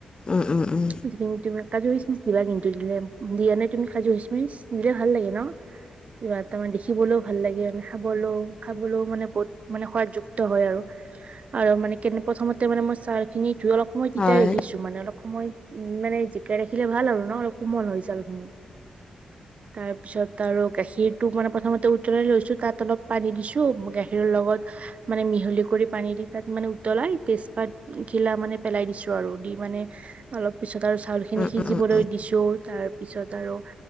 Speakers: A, on the left (about 35°); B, on the right (about 55°).
A: উম উম উম।
B: যিখিনি তুমি কাজু খিচমিচ দিবা কিন্তু দিলে দিয়া নে তুমি কাজু খিচমিচ দিলে ভাল লাগে ন। কিবা তা মানে দেখিবলৈও ভাল লাগে মানে। খাবলৈও খাবলৈও মানে বহুত মানে সোৱাদযুক্ত হয় আৰু আৰু মানে কেনে প্ৰথমতে মানে মই চাউল খিনি ধুই অলপ সময় তিতাই
A: হয়,
B: ৰাখিছো। টো মানে অলপ সময় উম মানে জিকাই ৰাখিলে ভাল আৰু ন অলপ কোমল হয় চাউলখিনি। তাৰ পিছত আৰু গাখীৰটো মানে প্ৰথমতে উতলাই লৈছো তাত অলপ পানী দিছো গাখীৰৰ লগত। মানে মিহলি কৰি পানী দি তাত মানে উতলাই তেজপাত খিলা মানে পেলাই দিছো আৰু দি মানে অলপ পিছত আৰু চ চাউলখিনি
A: উম,
B: সিজিবলৈ
A: উম, উম, উম,
B: দিছোঁ তাৰপিছত আৰু